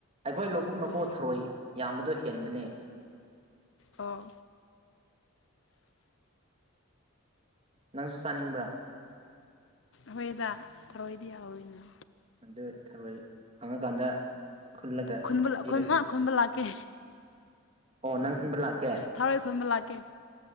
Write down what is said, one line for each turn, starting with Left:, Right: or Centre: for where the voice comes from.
Right: ꯑꯈꯣꯏ ꯂꯧꯕꯨꯛ ꯅꯀꯣ
Left: ꯑꯣ
Right: ꯊꯧꯔꯣꯏ ꯌꯥꯝꯕꯗꯣ ꯍꯦꯟꯕꯅꯦ
Left: ꯑꯣ
Right: ꯅꯪꯁꯨ ꯆꯥꯅꯤꯡꯕ꯭ꯔꯥ
Left: ꯍꯣꯏꯗ ꯊꯔꯣꯏꯗꯤ ꯍꯥꯎꯋꯤꯅ
Right: ꯑꯗꯨ ꯊꯔꯣꯏ ꯐꯪꯉꯀꯥꯟꯗ ꯈꯨꯜꯂꯒ
Left: ꯈꯨꯟꯕ ꯑꯩꯈꯣꯏ
Right: ꯄꯤꯔꯛꯀꯦ
Left: ꯃꯥ ꯈꯨꯟꯕ ꯂꯥꯛꯀꯦ
Right: ꯑꯣ ꯅꯪ ꯈꯨꯟꯕ ꯂꯥꯛ
Left: ꯊꯔꯣꯏ ꯈꯨꯟꯕ ꯂꯥꯛꯀꯦ